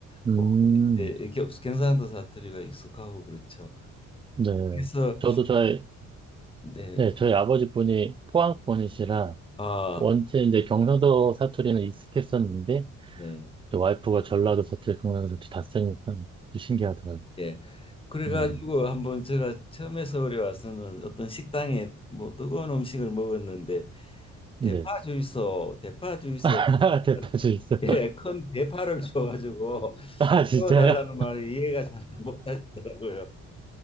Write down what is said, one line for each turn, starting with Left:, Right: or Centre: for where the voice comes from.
Right: 음.
Left: 뭐 예, 이렇게 경상도 사투리가 익숙하고 그렇죠.
Right: 네.
Left: 그래서
Right: 저도 저희
Left: 네,
Right: 네, 저희 아버지 분이 포항 분이시라
Left: 아,
Right: 원체 이제 경상도 사투리는 익숙했었는데
Left: 네,
Right: 저 와이프가 전라도 사투리, 경상도 사투리 다 쓰니까 그것도 신기하더라고요.
Left: 예. 그래가지고
Right: 네.
Left: 한번 제가 처음에 서울에 와서는 어떤 식당에 뭐 뜨거운 음식을 먹었는데
Right: 네.
Left: 대파 주이소, 대파 주이소,
Right: <laughs> 대파주
Left: <laughs>
Right: 있어.
Left: 예, 큰 대파를 줘가지고 <laughs>
Right: 아, 진짜요?
Left: 구워달라는 말을 이해가 잘 못하시더라고요.